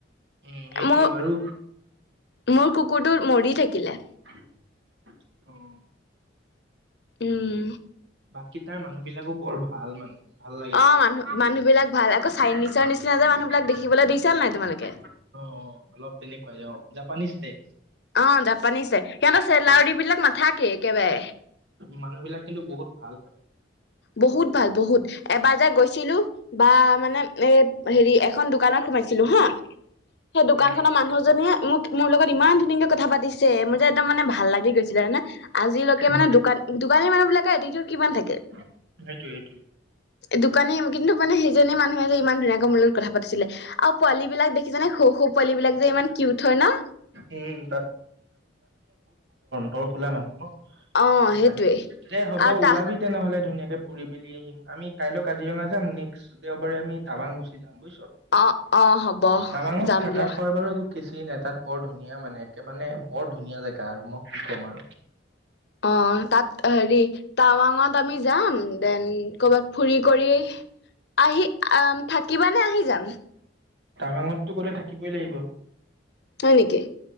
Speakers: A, on the right; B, on the left.
A: উম সেইটোৱে
B: মোৰ,
A: বাৰু
B: মোৰ কুকুৰটো মৰি থাকিলে।
A: অ'।
B: উম।
A: বাকী তাৰ মানুহ বিলাকো বৰ ভাল মানে। ভাল লাগে
B: অ
A: তাত,
B: মানুহ
A: <unintelligible>
B: মানুহ বিলাক ভাল আকৌ চাইনিজৰ নিচিনা যে মানুহ বিলাক দেখিবলৈ দেখিছা নাই তোমালোকে
A: অ'। অলপ তেনেকুৱাই অ', জাপানিজ টাইপ।
B: অ', জাপানিছ টাইপ, সিহঁতৰ চেলাউৰি বিলাক নাথাকে একেবাৰে।
A: মানুহ বিলাক কিন্তু বহুত ভাল। <unintelligible>
B: বহুত ভাল বহুত, এবাৰ যে গৈছিলো বা মানে এ হেৰি এখন দোকানত সোমাইছিলো হা, সেই দোকান
A: উম।
B: খনৰ মানুহজনীয়ে মোক মোৰ লগত ইমান ধুনীয়াকে কথা পাতিছে মোৰ যে একদম মানে ভাল লাগি গৈছিলে, আজিলৈকে মানে,
A: উম
B: দোকান-দোকানীৰ মানুহ বিলাকে এটিতিউদ কিমান থাকে।
A: সেইটোৱে সেইটোৱে
B: দোকানী কিন্তু মানে সেইজনী মানুহে যে ইমান ধুনীয়াকৈ মূ লগত কথা পাতিছিলে আৰু পোৱালীবিলাক দেখিছোনে সৰু সৰু পোৱালীবিলাক যে ইমান কিউট হয় ন?
A: উম তৰ খোলা মানুহ।
B: অ
A: সেইটো
B: সেইটোৱে
A: কাৰণে, দে হ'ব
B: আৰু
A: ওলাবি
B: তা
A: তেনেহলে ধুনীয়াকে ফুৰি মেলি আহিম, আমি কাইলৈ কাজিৰঙা যাম নেক্সট দেওবাৰে আমি টাৱাং গুচি যাম। যাম বুজিছ,
B: অ অ হ'ব
A: টাৱাঙত
B: যাম
A: থকা
B: দিয়া
A: খোৱাৰ বাৰ কি চি নাই তাত বৰ ধুনীয়া মানে একে মানে বৰ ধুনীয়া জেগা আৰু মই কি ক'ম আৰু।
B: অ তাত হেৰি টাৱাঙত আমি যাম দেন কৰ'বাত ফুৰি কৰিয়ে আহি আহ থাকিবা নে আহি যাম?
A: টাৱাংটতো গলে থাকিবই লাগিব।
B: হয় নেকি